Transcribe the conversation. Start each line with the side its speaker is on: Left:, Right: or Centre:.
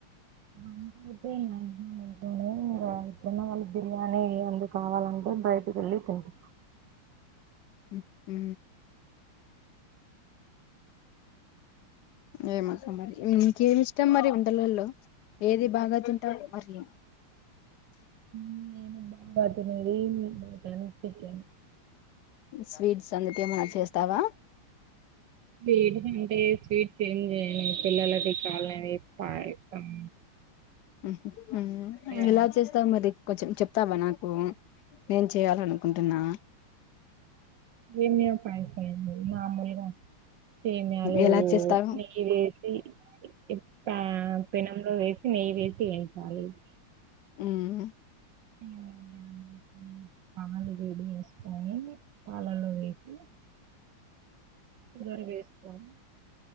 Right: మంత్ అయిపోయిందా <unintelligible> మొన్న వాళ్లు బిర్యానీ ఏయ్ అందూ కావాలంటే బయటికేళ్ళి తింట్
Left: ఉహ్ హు ఏ మా సమ్మరీ మ్మ్ ఎ ఇష్టం మరి ఉంటల వాలో ఏది బాగా తింటావు మరి
Right: నేను బాతమెళ్ళి బాతాని తెచ్చాను.
Left: స్వీట్స్ అందుకేమన్న చేస్తావా?
Right: వేడిగుంటే స్వీట్ చేంజ్ అయ్యీ పిలలకి కాలది పాయసం
Left: ఉహ్ మ్మ్
Right: ఏదన్నా
Left: ఎలా చేస్తావ్ మరి? కొంచెం చెప్తావా నాకు. నేను చెయాల అనుకుంటున్నా
Right: ఏం జయం పాయసమైంది మామూల్గా సేమీయాలు
Left: ఎలా చేస్తావు
Right: నెయ్యి వేసి ఎప్ ప పెనంలో వేస్ న వేతి అ చాల <unintelligible>
Left: మ్మ్
Right: ఏ <unintelligible> పాలు వేడి చేసుకొని పాలలు వేసి షుగర్ వేసుకొని